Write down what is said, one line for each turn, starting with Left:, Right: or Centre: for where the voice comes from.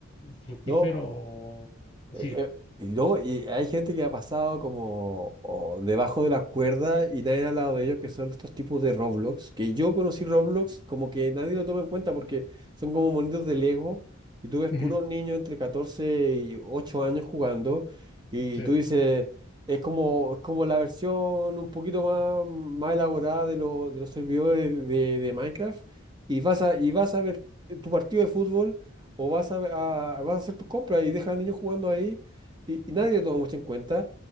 Left: fructífero,
Right: ¿no? Eh,
Left: sí,
Right: eh, y no, y hay gente que ha pasado como o debajo de las cuerdas y nadie ha hablado de ellos, que son estos tipos de Roblox, que yo conocí Roblox como que nadie lo toma en cuenta porque son como monitos de Lego y tú ves
Left: ujú,
Right: puros niños entre 14 y 8 años jugando y
Left: sí,
Right: tú dices, es como, es como la versión un poquito más, más elaborada de, los de los servidores de, de Minecraft y vas a, y vas a ver tu partido de fútbol o vas a, a- vas a hacer tus compras y dejas al niño jugando ahí y, y nadie le toma mucho en cuenta.